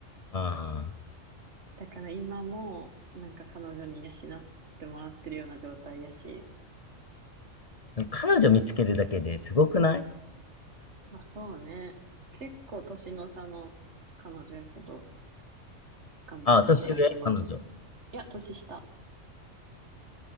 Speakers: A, on the left (about 35°); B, on the right (about 60°).
A: ああ。
B: だから今もなんか彼女に養ってもらってるような状態やし。
A: でも彼女見つけるだけですごくない
B: まあそうね。結構年の差の彼女やけど、頑張って働いてもらって。
A: ああ、年上彼女。
B: いや、年下。